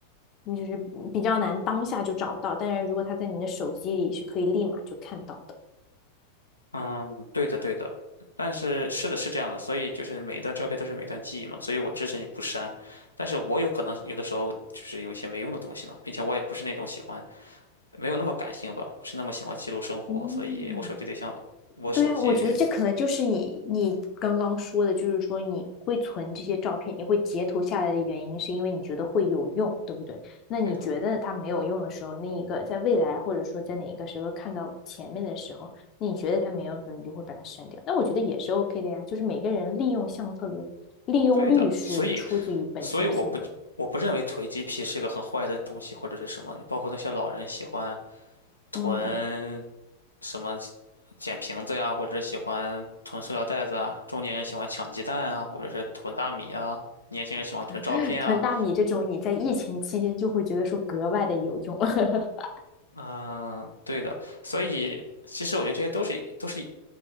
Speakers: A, on the left; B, on the left.
A: 你就是比较难当下就找到，但是如果它在你的手机里是可以立马就看到的。
B: 嗯，对的，对的，但是是的，是这样的，所以就是每一段照片都是每段记忆嘛，所以我支持你不删，但是我有可能有的时候就是有一些没用的东西嘛，并且我也不是那种喜欢，没有那么感性吧，不是那么喜欢记录生活，
A: 嗯，
B: 所以我手机得像我手机，
A: 对呀，我觉得这可能就是你你刚刚说的，就是说你会存这些照片，你会截图下来的原因，是因为你觉得会有用，对不对？那你觉得它没有用的时候，
B: 对的，
A: 那一个在未来或者说在哪一个时候看到前面的时候，那你觉得它没用的时候，你就会把它删掉。那我觉得也是 OK 的呀，就是每个人利用相册的利用率是出自于本性性格的。
B: 对的，所以所以我不我不认为囤积癖是个很坏的东西或者是什么，你包括那些老人喜欢囤
A: 嗯，
B: 什么捡瓶子呀，或者是喜欢囤塑料袋子啊，中年人喜欢抢鸡蛋啊，或者是囤大米啊，年轻人喜欢囤照片啊。
A: <laughs> 囤大米这种，你在疫情期间就会觉得说格外的有用。<laughs>
B: 嗯，对的，所以其实我觉得这些都是都是